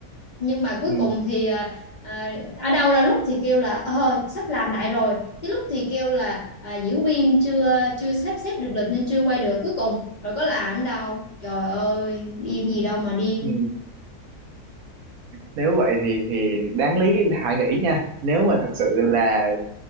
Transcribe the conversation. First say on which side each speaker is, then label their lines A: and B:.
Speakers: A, on the left; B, on the right.
A: nhưng mà cuối
B: ừ,
A: cùng thì ờ, à, ở đâu ra lúc thì kêu là ờ sắp làm lại rồi cái lúc thì kêu là à, diễn viên chưa chưa sắp xếp được lịch nên chưa quay được cuối cùng rồi có làm đâu trời ơi điên gì đâu mà điên
B: ừ. nếu vậy thì thì đáng lý hãy nghĩ nha nếu mà thật sự là